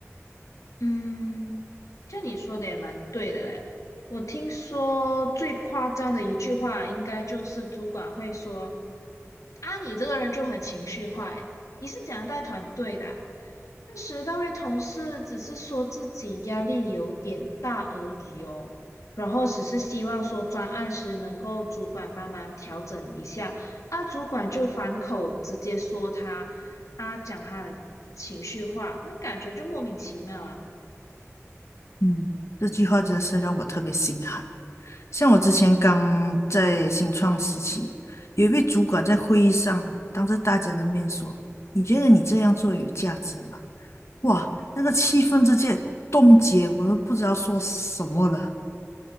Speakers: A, on the left; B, on the left.
A: 嗯，就你说的也蛮对的嘞。我听说最夸张的一句话，应该就是主管会说：“啊，你这个人就很情绪化，诶，你是怎样带团队的啊那时那位同事只是说自己压力有点大而已哦，然后只是希望说专案时能够主管帮忙调整一下，那主管就反口直接说他啊，讲他很情绪化，那感觉就莫名其妙啊。
B: 嗯，这句话真是让我特别心寒。像我之前刚在新创时期，有一位主管在会议上当着大家的面说：“你觉得你这样做有价值吗？”哇，那个气氛直接冻结，我都不知道说什么了。